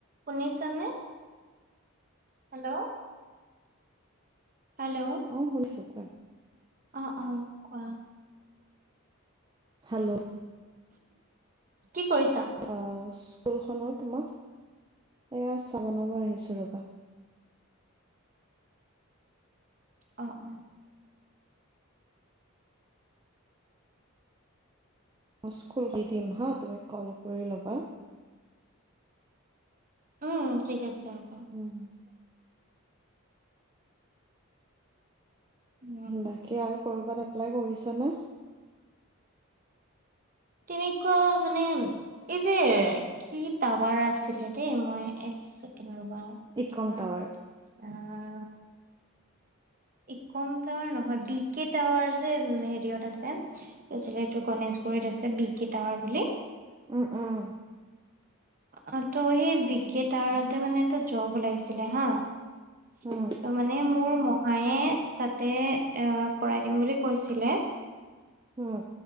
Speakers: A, on the right; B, on the right.
A: শুনিছানে? Hello hello
B: অ' শুনিছোঁ কোৱা?
A: অ' অ'কোৱা?
B: হেল্ল'
A: কি কৰিছা?
B: অ' স্কুল খনৰ তোমাক এয়া চাহ বনাব আহিছো ৰ'বা।
A: অ'অ'
B: <unintelligible> দি দিম হা তুমি কল কৰি ল'বা।
A: অ'ঠিক আছে হ'ব।
B: উম,
A: উম,
B: বাকী আৰু কৰবাত এপ্লাই কৰিছা নে?
A: তেনেকুৱা মানে এই যে কি টাৱাৰ আছিলে দেই মই এক চেকেণ্ড ৰ'বা
B: ইকম
A: কিবা
B: টাৱাৰ
A: অ' ইকম টাৱাৰ নহয় বি কে টাৱাৰ যে হেৰিয়ত আছে কি আছিলে এইটো গণেশগুৰিত আছে বিকে টাৱাৰ বুলি
B: উম, উম।
A: অ' ত' সেই বিকে তাৱাৰতে মানে এটা জব ওলাইছিলে হা ত'
B: উম
A: মানে মোৰ মহায়ে তাতে এ কৰাই দিম বুলি কৈছিলে।
B: উম,